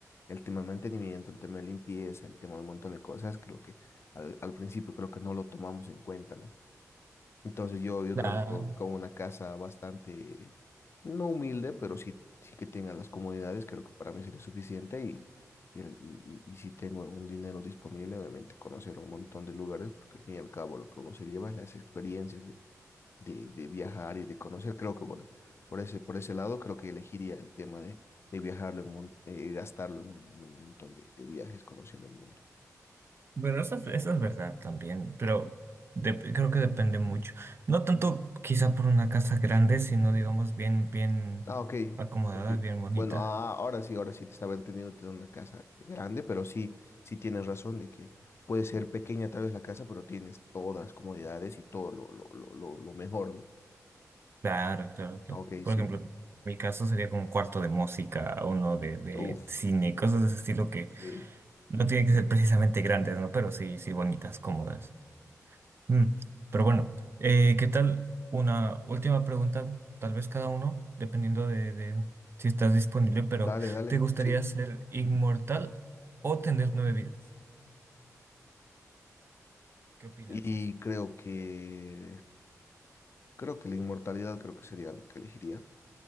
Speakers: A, on the left; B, on the right.
A: El tema de mantenimiento, el tema de limpieza, el tema de un montón de cosas, creo que al, al principio creo que no lo tomamos en cuenta, ¿no? Entonces yo, yo
B: Claro.
A: creo que con, con una casa bastante, no humilde, pero sí, sí que tenga las comodidades, creo que para mí sería suficiente y, y, el- y, y- y si tengo un dinero disponible, obviamente conocer un montón de lugares, porque al fin y al cabo lo que uno se lleva es las experiencias de, de viajar y de conocer. Creo que por, por ese, por ese lado, creo que elegiría el tema de, de viajarlo, en mon- eh, gastarlo en un, en un montón de, de viajes conociendo el mundo.
B: Bueno, eso, es- eso es verdad también, pero dep- creo que depende mucho. No tanto quizá por una casa grande, sino digamos bien, bien
A: Ah, ok,
B: acomodada,
A: ok.
B: bien bonita.
A: Bueno, ah, ahora sí, ahora sí te estaba entendiendo tener una casa grande, pero sí, sí tienes razón de que puede ser pequeña tal vez la casa, pero tienes todas las comodidades y todo lo, lo, lo, lo, lo mejor, ¿no?
B: Claro, claro, claro.
A: Ah, Ok,
B: Por
A: sí.
B: ejemplo, en mi caso sería como un cuarto de música, uno de, de
A: Uf,
B: cine, cosas de ese estilo que
A: sí.
B: no tienen que ser precisamente grandes, ¿no? Pero sí, sí bonitas, cómodas. Mm, Pero bueno, eh, ¿qué tal? Una última pregunta, tal vez cada uno, dependiendo de, de si estás disponible, pero
A: Dale, dale,
B: ¿te gustaría
A: sí.
B: ser inmortal o tener nueve vidas? ¿Qué opinas de
A: Y
B: eso?
A: creo que, creo que la inmortalidad creo que sería algo que elegiría.